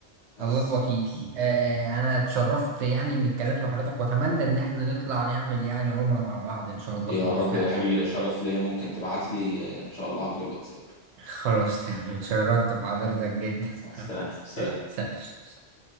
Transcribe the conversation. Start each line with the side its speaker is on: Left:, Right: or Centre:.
Left: بس
Right: الله الوكيل آه انا اتشرفت يعني اني اتكلمت مع حضرتك واتمنى ان احنا نطلع نعمل يعني عمرة مع بعض ان شاء الله
Left: يا
Right: في المستقبل
Left: رب يا حبيبي
Right: يعني
Left: ده شرف ليا ممكن تبعت لي ان شاء الله عبر الواتساب
Right: خلاص تمام اتشرفت بحضرتك جدا
Left: مع السلامه سلام
Right: <laughs> س-